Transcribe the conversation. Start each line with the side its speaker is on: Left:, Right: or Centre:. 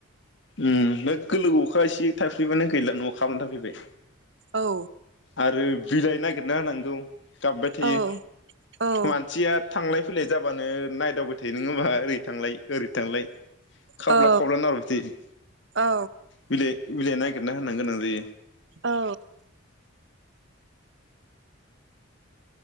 Left: उम लोगो लोगो अखा एसे थाइफ्रिबानो गैला न'आव खारना थाफैबाय।
Right: औ।
Left: आरो बिलाइ नागिरना होनांगौ। गाबबाय थायो।
Right: औ औ
Left: मानसिया थांलाय फैनाय जाबानो नायदावबाय थायो। नोङा होमबा? ओरै थांलाय ओरै थांलाय खावब्ला
Right: औ
Left: खावब्ला नाहरबाय थायो।
Right: औ।
Left: बिलाइ बिलाइ नागिरना होनांगोन आरो
Right: औ।